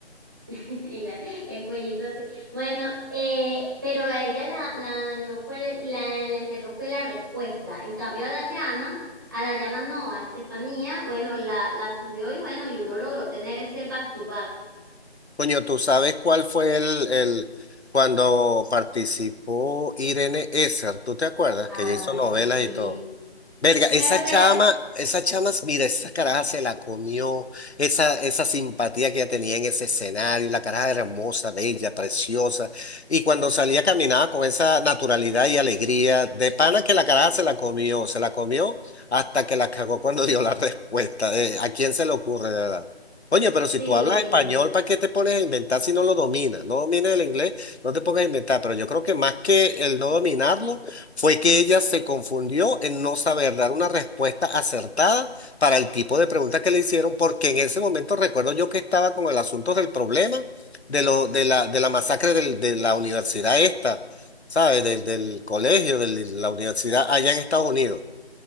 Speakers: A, on the right; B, on the left.
A: <laughs> Y la- el cuellito así. Bueno, eh, pero a ella la, la dañó fue, la, la enterró fue la respuesta. En cambio a Dayana, a Dayana no, a Estefanía, bueno, la, la subió y bueno, y uno logró tener ese back to back.
B: Coño, ¿tú sabes cuál fue el, el cuando participó Irene Esser? ¿Tú te acuerdas?
A: Ay,
B: Que ella hizo novelas
A: sí.
B: y todo. Verga, esa
A: Claro, pero...
B: chama, esa chama, mira, esa caraja se la comió, esa, esa simpatía que ella tenía en ese escenario, la caraja era hermosa, bella, preciosa, y cuando salía caminaba con esa naturalidad y alegría, de
A: No,
B: pana que la
A: mira.
B: caraja se la comió, se la comió hasta que la cagó cuando dio la <laughs> respuesta, eh, ¿a quién se le ocurre, de verdad? Oye, pero
A: Sí.
B: si tú hablas español, ¿para qué te pones a inventar si no lo dominas? No domines el inglés, no te pongas a inventar, pero yo creo que más que el no dominarlo, fue que ella se confundió en no saber dar una respuesta acertada para el tipo de pregunta que le hicieron, porque en ese momento recuerdo yo que estaba con el asunto del problema de lo, de la, de la masacre del- de la universidad esta, ¿sabes? Del, del colegio, de la universidad allá en Estados Unidos.